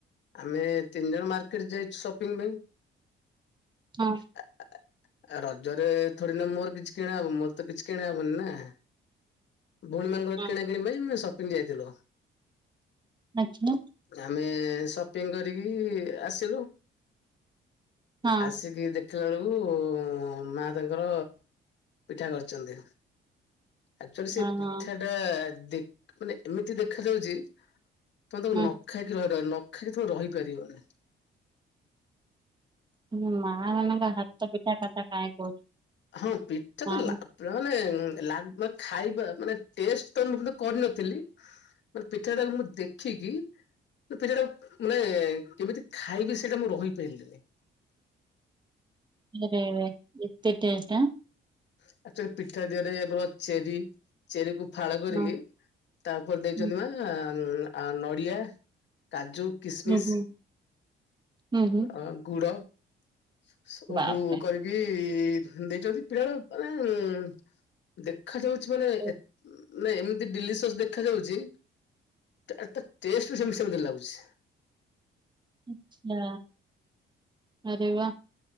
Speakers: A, on the left (about 65°); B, on the right (about 20°).
A: ଆମେ ତିନି ଜଣ ମାର୍କେଟ ଯାଇଛୁ ସପିଙ୍ଗ ପାଇଁ।
B: ହଁ
A: <inaudible> ଆଉ ରଜରେ ଥଡି ନା ମୋର କିଛି କିଣାହବ ମୋର ତ କିଛି କିଣାହବନି ନା। ଭଉଣୀ ମାନଙ୍କର
B: ହଁ
A: କିଣା କିଣି ପାଇଁ ସପିଙ୍ଗ ଯାଇଥିଲୁ।
B: ଆଛା
A: ଆମେ ସପିଙ୍ଗ କରିକି ଆସିଲୁ।
B: ହଁ
A: ଆସିକି ଦେଖ ଖିଲା ବେଳକୁ ମା ତାଙ୍କର ପିଠା କରିଛନ୍ତି। ଆକ୍ଚୁଆଲି ସେ
B: ହଁ
A: ପିଠା
B: ହଁ
A: ଟା ଦେଖ ମାନେ ଏମିତି ଦେଖାଯାଉଛି। ତମେ ତାକୁ
B: ହଁ
A: ନଖାଇକି ରହିବ ନଖାଇକି ତମେ ରହିପାରିବ ନାଇଁ।
B: ତୁମ ମାଆ ମାନଙ୍କ ହାତ ପିଠା କଥା କାଇଁ କହୁଛୁ।
A: ହଁ ପିଠା
B: ମା
A: ତ ଲା <unintelligible> ମାନେ ଉଁ ଲା ମା ଖାଇବା ମାନେ ଟେଷ୍ଟ ତ ମୁଁ କରିନଥିଲି। ମାନେ ପିଠାଟାକୁ ମୁଁ ଦେଖିକି <unintelligible> ମାନେ କେମିତି ଖାଇବି ସେଇଟା ମୁଁ ରହିପାରିଲି ନି।
B: ଆରେ ଏତେ ଚେଷ୍ଟା।
A: ଆକଚ୍ୟୁଆଲି ପିଠା ଦିହରେ ଆମର ଚେରି, ଚେରି କୁ ଫାଳ କରିକି
B: ଆଁ
A: ତା ଉପରେ ଦେଇଛନ୍ତି
B: ହଁ
A: ମା। ଅଁ ଉଁ ଆ ନଡ଼ିଆ, କାଜୁ। କିସମିସ୍
B: ହୁଁ ହୁଁ ହୁଁ।
A: ଅ ଗୁଡ ସ ସବୁ
B: ବାପରେ
A: କରି ଏଇ ଦେଇଛନ୍ତି ପିଲାବେଳ ମାନେ ଉଁ ଦେଖାଯାଉଛି ମାନେ
B: ହଁ
A: ଏତ ଉଁ ନାଇଁ ଏମିତି ଡିଲିସିଅସ ଦେଖାଯାଉଛି, ଅ ତାର ଟେଷ୍ଟ ସେମ ସେମ ସେମିତି ଲାଗୁଛି।
B: ଆଚ୍ଛା। ଆରେ ବାହ।